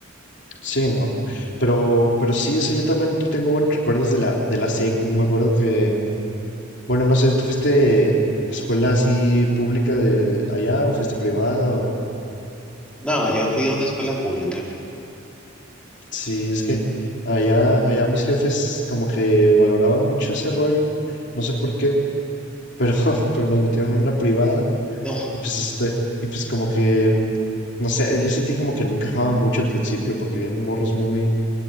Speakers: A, on the left; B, in the centre.
A: Sí, no. Pero, pero sí, o sea, yo también tengo buenos recuerdos de la, de la secu. Me acuerdo que, bueno, no sé, ¿tú fuiste a escuela así pública de allá o fuiste privada? O
B: No, yo fui a una escuela pública.
A: sí, es que allá, allá mis jefes como que valoraban mucho ese rollo. No sé por qué, pero, <laughs> pero nos metieron en una privada.
B: No,
A: Y pues este, y pues como que, no sé, yo sentí como que no encajaba mucho al principio, porque eran morros muy,